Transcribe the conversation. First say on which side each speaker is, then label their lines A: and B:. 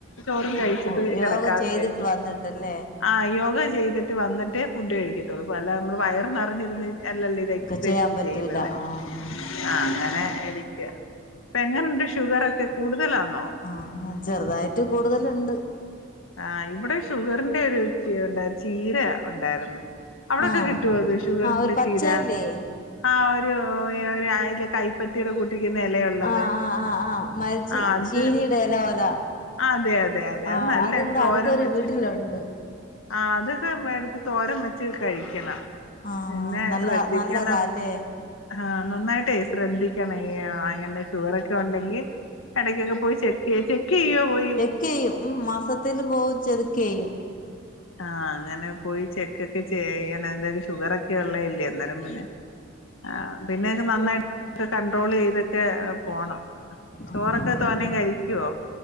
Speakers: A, on the left; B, on the left.
A: ചോറും കഴിച്ചിട്ട്
B: ഓ യോഗ
A: കിടക്കാന്ന്
B: ചെയ്തിട്ട്
A: വിചാരിച്ച്
B: വന്നിട്ടല്ലേ
A: ആഹ് യോഗ ചെയ്തിട്ട് വന്നിട്ടേ ഫുഡ് കഴിക്കത്തൊള്ളൂ. അല്ല നമ്മളെ വയർ നിറഞ്ഞിരുന്ന് അല്ലല്ലോ ഇത് എക്സസൈസ്
B: ഒക്കെ ചെയ്യാൻ
A: ഒന്നും
B: പറ്റൂല
A: ചെയ്യുന്നത്
B: ആഹ്
A: ആഹ് അങ്ങനെ ഇരിക്ക ഇപ്പെങ്ങനുണ്ട് ഷുഗർ ഒക്കെ കൂടുതലാണോ
B: ആഹ് ചെറ്തായിട്ട് കൂടുതല്ണ്ട്
A: ആഹ് ഇവിടെ ഷുഗറിന്റെ ഒരു പിന്നെ ചീര ഉണ്ടായിരുന്നു അവിടൊക്കെ
B: ആഹ്
A: കിട്ടുവോ അത് ഷുഗറിന്റെ
B: ആഹ് ഒരു പച്ചയല്ലേ
A: ചീര ആഹ് ഒരു ഒരു അയ് ലെ കൈപ്പത്തിയുടെ കൂട്ടിരിക്കുന്ന എലയുള്ളത്
B: ആഹ് ആഹ് ആഹ് ആഹ് മരിച്ചി
A: ആ അത്
B: ചീനിയുടെ ഇല പോല
A: അതെ അതെ അതെ
B: ആഹ്
A: അത് നല്ല
B: ഇവിടെ
A: തോരം
B: അടുത്തൊരു
A: വെച്
B: വീട്ടിലുണ്ട്
A: ആഹ് അതൊക്കെ മേടിച്ച് തോരം വെച്ച് കഴിക്കണം
B: ആഹ്
A: ന്നെ
B: നല്ല
A: ശ്രദ്ധിക്കണം
B: നല്ലതാല്ലേ
A: ആഹ് നന്നായിട്ടേ ശ്രദ്ധിക്കണേ ഈ അങ്ങനെ ഷുഗറൊക്കെ ഉണ്ടെങ്കി എടയ്ക്കൊക്കെ പോയി ചെക്ക് ചെയ്യ, ചെക്ക് ചെയ്യോ പോയി
B: ക്കെയ്യും ഉം മാസത്തിൽ പോവും ചെത്ക്കെയ്യും
A: ആഹ് അങ്ങനെ പോയി ചെക്കൊക്കെ ചെയ്യണം. എന്തായാലും ഷുഗർ ഒക്കെ ഉള്ള അല്ലേ അന്നേരം പിന്നെ ആഹ് പിന്നൊക്കെ നന്നായി ട്ട് കണ്ട്രോൾ ചെയ്തൊക്കെ പോണം. ചോറൊക്കെ
B: ആഹ്
A: തോനെ കഴിക്കുവോ?